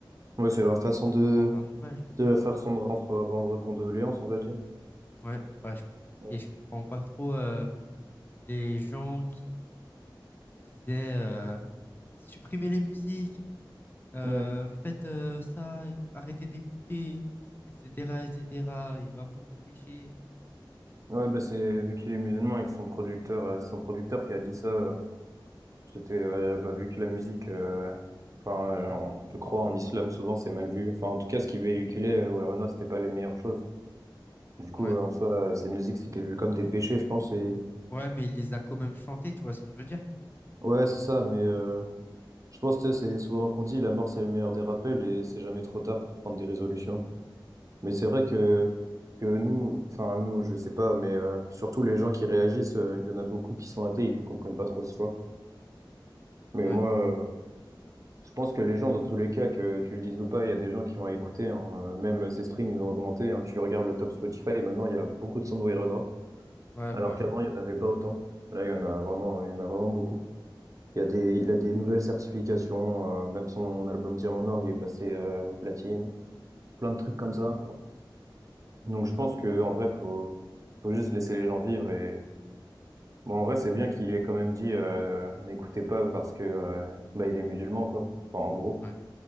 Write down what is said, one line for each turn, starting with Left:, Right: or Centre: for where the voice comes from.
Right: ouais, c'est leur façon de...
Left: pour rendre un hommage, mais
Right: C'est leur façon
Left: moi, je-
Right: de rendre, rendre condoléances, on va dire.
Left: ouais, bah, je comprenais.
Right: Ouais,
Left: Et je comprends pas trop euh, les gens qui disaient euh, supprimez les musiques, euh,
Right: ouais,
Left: faites euh, ça, éc- arrêtez d'écouter, etc., etc. Il va prendre des péchés.
Right: Ouais, bah c'est vu qu'il est musulman et que son producteur, euh, c'est son producteur qui a dit ça. euh, C'était euh, bah, vu que la musique, euh, enfin, euh,
Left: Ouais.
Right: en- je crois en islam souvent c'est mal vu. Enfin, en tout cas, ce qui véhiculait euh, Werona, c'était pas les meilleures choses. Du coup,
Left: Ouais.
Right: euh, en soi, euh, ces musiques c'était vu comme des péchés, je pense. Et
Left: Ouais, mais il les a quand même chantés, tu vois ce que je veux dire?
Right: ouais, c'est ça. Mais euh, je pense que c'est souvent qu'on dit la mort c'est le meilleur des rappels et c'est jamais trop tard pour prendre des résolutions. Mais c'est vrai que que nous, enfin nous, je sais pas, mais euh, surtout les gens qui réagissent, euh, il y en a beaucoup qui sont athées, ils comprennent pas trop ce choix. Mais
Left: Ouais,
Right: moi, euh, Je pense que les gens, dans tous les cas, que tu le dises ou pas, il y a des gens qui vont écouter. hein. Euh, Même ces streams, ils ont augmenté. hein. Tu regardes le top Spotify et maintenant, il y a beaucoup de Sandro et Renaud,
Left: ouais,
Right: alors
Left: bah
Right: qu'avant,
Left: ouais.
Right: il n'y en avait pas autant. Là, il y en a vraiment, il y en a vraiment beaucoup. Il y a des, il a des nouvelles certifications. euh, même son album Diamant Noir, il est passé euh, platine. Plein de trucs comme ça. Donc, je pense que en vrai, faut, faut juste laisser les gens vivre. Et bon, en vrai, c'est bien qu'il ait quand même dit euh, n'écoutez pas parce que euh, bah, il est musulman, quoi. Enfin, en gros,
Left: ouais.